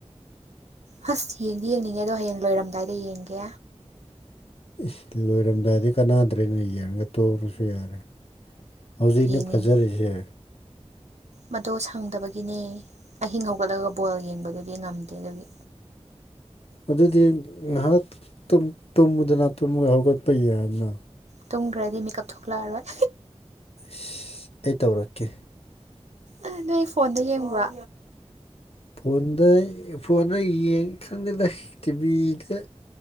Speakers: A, on the right; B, on the left.
A: ꯍꯁ ꯌꯦꯡꯗꯤ ꯌꯦꯡꯅꯤꯡꯉꯦ ꯑꯗꯣ ꯍꯌꯦꯡ ꯂꯣꯏꯔꯝꯗꯥꯏꯗ ꯌꯦꯡꯒꯦ
B: ꯏꯁ ꯂꯣꯏꯔꯝꯗꯥꯏꯗꯤ ꯀꯅꯥꯗ꯭ꯔꯦꯅꯦ ꯌꯦꯡꯔꯒ ꯇꯣꯛꯔꯥꯁꯨ ꯌꯥꯔꯦ ꯍꯧꯖꯤꯛꯅꯦ
A: ꯌꯦꯡꯅꯤꯡ
B: ꯐꯖꯔꯤꯁꯦ
A: ꯃꯗꯣ ꯁꯪꯗꯕꯒꯤꯅꯦ ꯑꯍꯤꯡ ꯍꯧꯒꯠꯂꯒꯥ ꯕꯣꯜ ꯌꯦꯡꯕꯗꯨꯗꯤ ꯉꯝꯗꯦ ꯑꯗꯨꯒꯤ
B: ꯑꯗꯨꯗꯤ ꯉꯥꯏꯍꯥꯛ ꯇꯨꯝ ꯇꯨꯝꯃꯨꯗꯅ ꯇꯨꯝꯃꯒ ꯍꯧꯒꯠꯄ ꯌꯥꯏꯅ
A: ꯇꯨꯝꯒ꯭ꯔꯥꯗꯤ ꯃꯤꯀꯞ ꯊꯣꯛꯂꯛꯑꯔꯣꯏ
B: ꯁꯤ ꯑꯩ ꯇꯧꯔꯛꯀꯦ
A: ꯑꯥ ꯅꯣꯏ ꯐꯣꯟꯗ ꯌꯦꯡꯕ꯭ꯔꯥ
B: ꯐꯣꯟꯗ ꯐꯣꯟꯗ ꯌꯦꯡ ꯈꯪꯗꯗ ꯇꯤꯚꯤꯗ